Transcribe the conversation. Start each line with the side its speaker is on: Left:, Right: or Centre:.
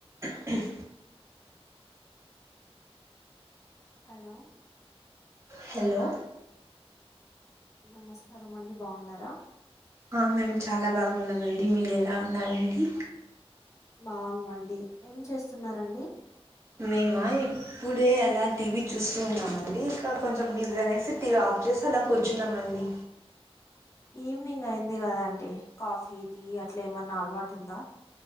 Right: ఆహ్.
Left: Hello.
Right: Hello.
Left: నమస్కారం అండి బాగున్నారా.
Right: ఆహ్ మేమ్ చాలా బాగున్నామండి మీరు ఎలా ఉన్నారండి.
Left: బాగున్నామండి ఏం చేస్తున్నరండి.
Right: మేమా ఇప్పుడే అలా టీవీ చూస్తూ ఉన్నామండి ఇంకా కొంచెం బిజీ అనేసి టీవీ ఆఫ్ చేసి. చేసి అలా కూర్చున్నామండి.
Left: ఈవినింగ్ అయింది కదా అండి కాఫీ టీ అట్లా ఏమన్నా అలవాటు ఉందా.